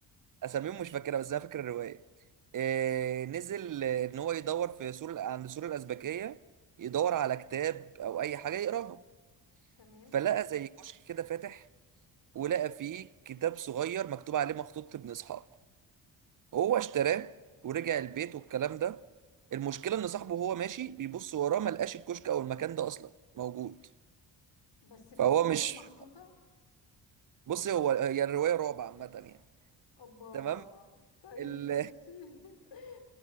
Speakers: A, on the right; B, on the left.
A: أساميهم مش فاكرها بس أنا فاكر الرواية آه، نزل آه، إن هو يدور في سور عند سور الأزبكية يدور على كتاب أو أي حاجة يقراها
B: تمام
A: فلقى زي كشك كده فاتح ولقى فيه كتاب صغير مكتوب عليه مخطوطة ابن إسحاق هو اشتراه ورجع البيت والكلام ده المشكلة إن صاحبه وهو ماشي بيبص وراه ملقاش الكشك أو المكان ده أصلا موجود
B: بس في
A: فهو
B: إيده
A: مش
B: مخطوطة
A: بص هو هي الرواية رعب عامة يعني
B: أوبا
A: تمام
B: طيب
A: ال...
B: ماشي <laughs>